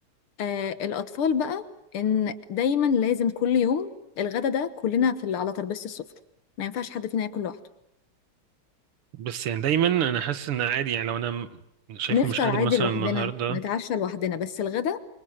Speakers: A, on the left; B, on the right.
A: آه، الأطفال بقى إن دايما لازم كل يوم الغدا ده كلنا في على ترابيزة السفرة ما ينفعش حد فينا ياكل لوحده
B: بس يعني دايما انا حاسس ان عادي يعني لو انا م- شايفه
A: نفطر
B: مش قادر
A: عادي
B: مثلا
A: لوحدنا
B: النهارده
A: نتعشى لوحدنا بس الغدا